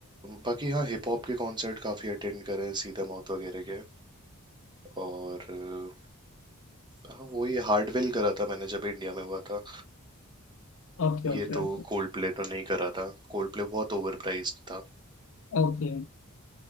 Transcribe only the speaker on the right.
बाकी हाँ हिप हॉप के कॉन्सर्ट काफ़ी अटेंड करे सीधा माउथ वगैरह के और अ, हाँ वही हार्डवेल करा था मैंने जब इंडिया में हुआ था
ये
तो कोल्ड प्ले तो नहीं करा था कोल्ड प्ले बहुत ओवर प्राइस्ड था